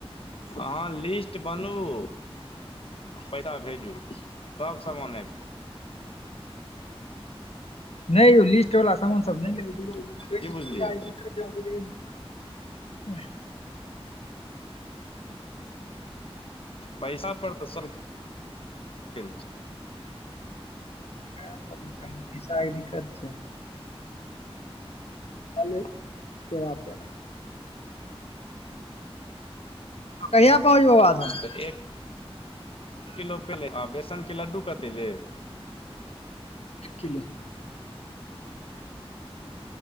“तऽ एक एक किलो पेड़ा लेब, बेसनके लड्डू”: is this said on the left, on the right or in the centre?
Left